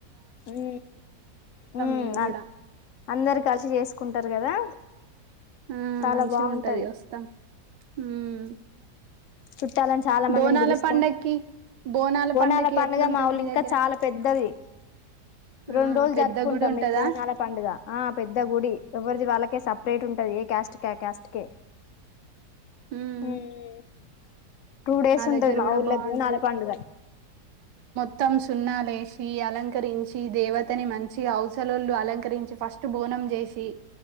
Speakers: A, on the left; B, on the right.
A: ఉం ఉమ్
B: మేము
A: అన్
B: కూడా
A: అందరు కలిసి చేసుకుంటర్ కదా
B: ఆ
A: చాలా
B: మంచిగా
A: బాగుంటది.
B: ఉంటది వస్తాం ఉమ్
A: చుట్టాలని చాలా మందిని
B: బోనాల
A: పిలుస్తాం.
B: పండక్కి
A: బోనాల
B: పండక్కి
A: పండుగ
B: ఎట్లుంటది
A: మా ఊళ్ల
B: మీ
A: ఇంకా
B: దగ్గర
A: చాలా పెద్దది.
B: ఆ
A: రెండు రోజ్ల్
B: పెద్ద
A: జరుపుకుంటాం
B: గుడి ఉంటదా
A: మేం బోనాల పండుగ. ఆ పెద్ద గుడి ఎవరిది వాళ్ళకే సపరేట్ ఉంటది ఏ క్యాస్ ట్ క్యా క్యాట్ కే
B: ఉమ్
A: హ్మ్ టూ డేస్ ఉంటది
B: దగ్గర
A: మా
B: కూడా
A: ఊళ్ళ
B: బాగుంటది
A: బోనల పండుగ
B: మొత్తం సున్నాలీషి అలంకరించి దేవతని మంచి అవసలుళు అలంకరించి ఫస్ట్ బోనం చేషి